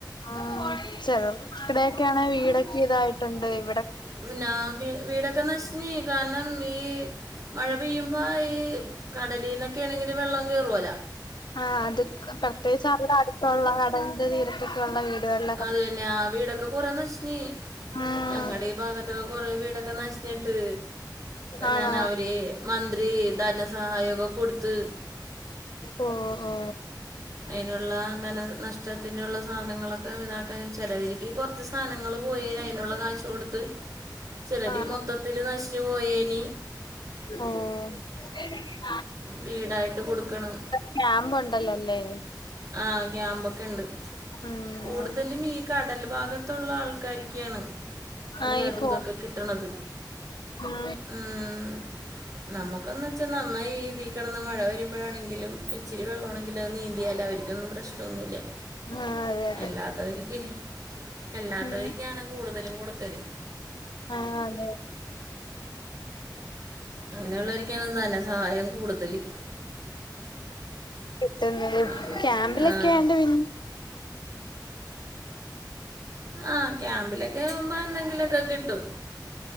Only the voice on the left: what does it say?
ആ <unintelligible> വീടൊക്കെ ഇതായിട്ടുണ്ട് ഇവിടെ
ആ അത് പ്രത്യേകിച്ച് <unintelligible> അടുത്തുള്ള കടൽന്റെ തീരത്തൊക്ക ഉള്ള വീടുകൾ
ഉം
ആണോ
ഓ ഓ
ആഹ്
ആഹ്
ആഹ്
ക്യാമ്പ് ണ്ടല്ലോ അല്ലേ
ഉം
ആഹ്
പോ
ഉം
ആഹ് അതെ അതെ
ഉം
ആഹ് അതെ
<unintelligible>
ക്യാമ്പിലൊക്കെ
ആയോണ്ട് പി